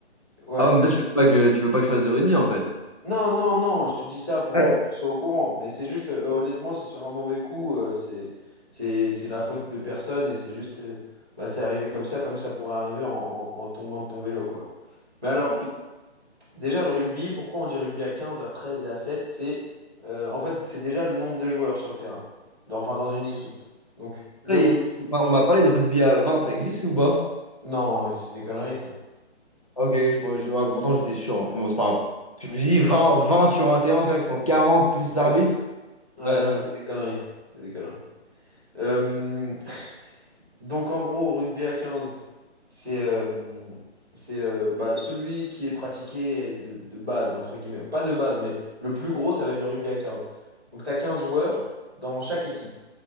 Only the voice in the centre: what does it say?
Ouais.
Non, non, non, je te dis ça pour
euh, que tu sois au courant. Mais c'est juste, euh, honnêtement, c'est sur un mauvais coup. euh, c'est, c'est, c'est la faute de personne et c'est juste, euh, bah, c'est arrivé comme ça, comme ça pourrait arriver en, en- en tombant de ton vélo, quoi. Mais alors,
déjà, le rugby, pourquoi on dit rugby à 15, à 13 et à sept C'est, euh, en fait, c'est déjà le nombre de joueurs sur le terrain, Dans- enfin, dans une équipe. Donc, le
rugby.
Non, euh, c'est des conneries, ça.
Ouais.
Ouais,
non, c'est
des conneries. C'est des conneries. Euh, Donc en gros, rugby à 15, c'est euh, c'est euh, bah, celui qui est pratiqué de, de base, entre guillemets. Pas de base, mais le plus gros, ça va être le rugby à 15. Donc tu as 15 joueurs dans chaque équipe.